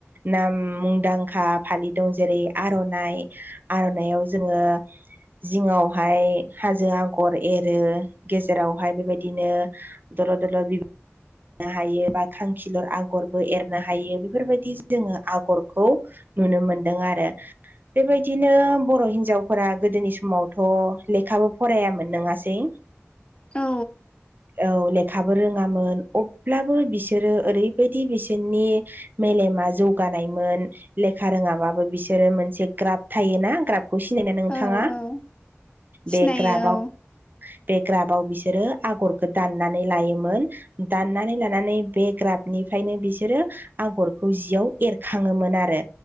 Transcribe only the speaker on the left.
औ
औ औ सिनायो